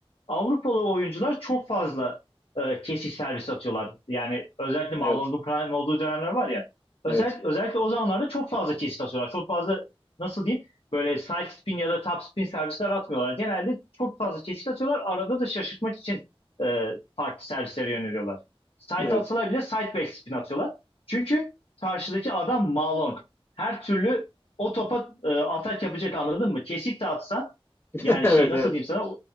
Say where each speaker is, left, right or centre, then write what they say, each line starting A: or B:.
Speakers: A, on the left; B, on the left.
A: Avrupalı oyuncular çok fazla e, kesiş servisi atıyorlar. Yani özellikle Malone
B: evet,
A: Prime olduğu dönemler var ya. Özel,
B: evet,
A: özellikle o zamanlarda çok fazla kesit atıyorlar. Çok fazla nasıl diyeyim böyle side spin ya da top spin servisler atmıyorlar. Genelde çok fazla kesit atıyorlar. Arada da şaşırtmak için e, farklı servislere yöneliyorlar. Side
B: evet,
A: atsalar bile side back spin atıyorlar. Çünkü karşıdaki adam Malone. Her türlü o topa e, atak yapacak anladın mı? Kesit de atsan
B: <laughs>
A: yani
B: evet,
A: şey nasıl
B: evet.
A: diyeyim sana